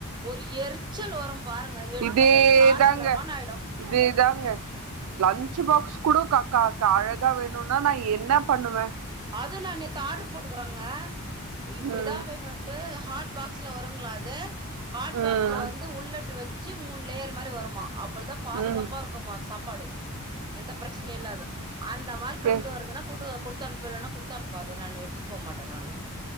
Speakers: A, on the right (about 20°); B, on the right (about 75°).
A: ஒரு எரிச்சல் வரும் பாருங்க எடுத்து
B: இதேதாங்க
A: அப்டே சாத்திட்லாமா ஆயிடு
B: இதேதாங்க லன்ச் பாக்ஸ்
A: ம்
B: கூட க க அழகா வேணுனா நா என்ன பண்ணுவே
A: அது நா நே து ஆட்ரு போட்டுக்கறங்க இப்டிதா
B: ம்
A: வேணுன்ட்டு ஹாட் பாக்ஸ் <unintelligible> வருங்ளா அது ஹாட் பாக்ஸ்ல
B: ம்
A: வந்து உள்ள இப்டி வ சு மூணு லேயர் மாரி வருமா அப்படதா பாதுகாப்பா
B: ம்
A: இருக்குமா சாப்பாடு எந்த பிரச்சனையு இல்லாது அந்த மாரி
B: கே
A: கொண்டு வருதுன்னா கொண்டு குடு த்து அனுப்பலன்னா குடுத்தனுப்பாத நா னு எடுத்துட்டு போ மாட்டே நானு